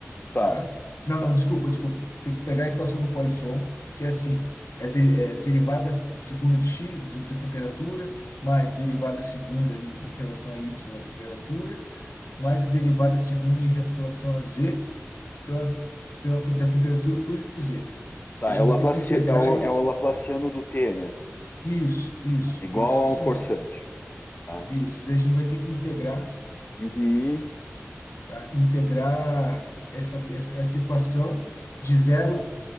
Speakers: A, on the left (about 40°); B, on the left (about 75°).
A: tá,
B: tá? Não,
A: tá.
B: não, desculpa, desculpa. Tem que pegar a equação do Poisson, que é assim, é, de- é derivada segunda de x de- da temperatura, mais derivada segunda em, em relação a y da temperatura, mais a derivada segunda em relação a z pela, pela, te- da temperatura por Z.
A: Tá,
B: E a gente
A: é o
B: vai
A: Laplaci-
B: ter que integrar
A: é o,
B: isso.
A: é o Laplaciano do T, né?
B: Isso, isso,
A: Igual
B: isso,
A: a
B: isso
A: um forçante.
B: mesmo.
A: tá?
B: Isso. Daí a gente vai ter que integrar,
A: Uhum,
B: tá? Integrar essa, essa, essa equação de zero,